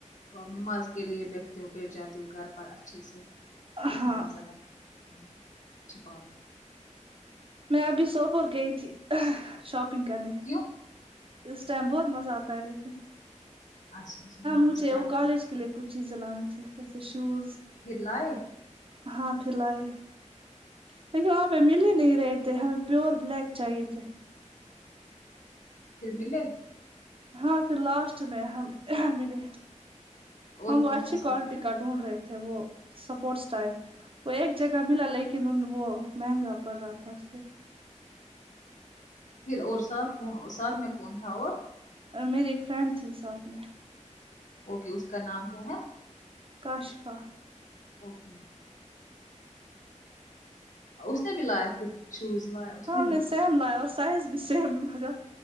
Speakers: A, on the left (about 75°); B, on the right (about 45°).
A: تو آپ نماز کے لیے بیٹھتے ہو بیٹھ جاتے ہو گھر پر اچھے سے
B: ہاں
A: ما زیادہ ہے ہوں اچھی بات ہے
B: میں ابھی سوپور گئی تھی ہ شاپنگ کرنے
A: کیوں
B: اس ٹائم بہت مزہ آتا ہے لیکن
A: اچا اچھا ہاں
B: مجھے
A: اس ٹائم
B: وہ
A: مزاہ
B: کالج
A: آتا
B: کے لیے
A: ہے
B: کچھ چیزیں لانی تھی جیسے شوز
A: پھر لائے
B: ہاں پھر لاے دیکھیے وہاں پہ مل ہی نہیں رہےتھے ہمیں پیور بلیک چاہیے تھے
A: پھر ملے
B: ہاں پھر لاسٹ میں ہم ا ملے
A: اور
B: ہم
A: کون
B: وہ اچھی
A: تھا ساتھ
B: کوالٹی
A: میں
B: کا ڈھونڈ رہے تھے وہ سپورٹس ٹائپ وہ ایک جگہ ملا لیکن ان وہ مہنگا پڑ رہا تھا اس لیے
A: پھر اور ساتھ کوں ساتھ میں کون تھا اور
B: میری ایک فرینڈ تھی ساتھ میں
A: اوکے اس کا نام کیا ہے
B: کاشفا
A: اوکے اس نے بھی لایا پھر شوز لایا اس
B: ہاں
A: نے
B: ہم
A: بھی
B: سیم لایا اور سائز بھی سیم لایا